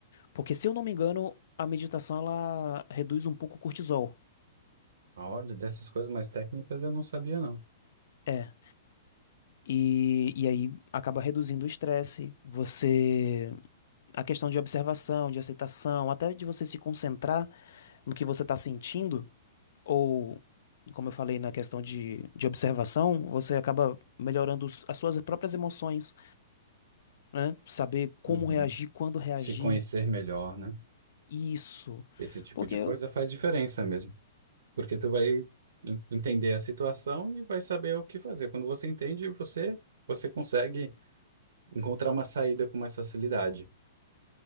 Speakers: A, on the left; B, on the right.
A: Porque, se eu não me engano, a meditação ela reduz um pouco o cortisol.
B: Ah, Olha, dessas coisas mais técnicas eu não sabia, não.
A: É, E, e aí acaba reduzindo o estresse, você, a questão de observação, de aceitação, até de você se concentrar no que você está sentindo, ou, como eu falei na questão de, de observação, você acaba melhorando os- as suas próprias emoções, né? Saber como
B: Uhum.
A: reagir, quando reagir,
B: Se conhecer melhor, né?
A: isso.
B: Esse tipo
A: Porque,
B: de coisa faz diferença mesmo. Porque tu vai en- entender a situação e vai saber o que fazer. Quando você entende, você, você consegue encontrar uma saída com mais facilidade.